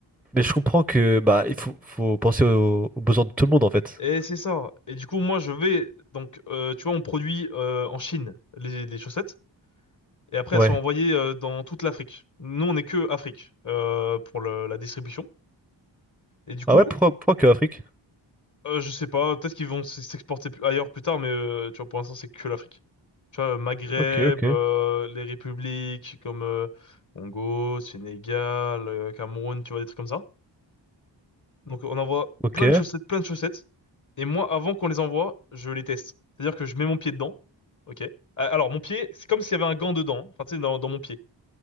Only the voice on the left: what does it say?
et c'est ça. Et du coup, moi, je vais donc, euh, tu vois, on produit euh, en Chine les, les chaussettes, et après,
elles sont envoyées euh, dans toute l'Afrique. Nous, on est que Afrique euh, pour le- la distribution. Et du coup,
euh, je sais pas, peut-être qu'ils vont s- s'exporter plus- ailleurs plus tard, mais euh, tu vois, pour l'instant, c'est que l'Afrique. Tu vois, le Maghreb,
euh, les républiques comme euh, Congo, Sénégal, euh, Cameroun, tu vois, des trucs comme ça. Donc on envoie
plein de chaussettes, plein de chaussettes. Et moi, avant qu'on les envoie, je les teste. C'est-à-dire que je mets mon pied dedans. Ok. Ah, Alors mon pied, c'est comme s'il y avait un gant dedans. hein. Enfin, tu sais, dans, dans mon pied.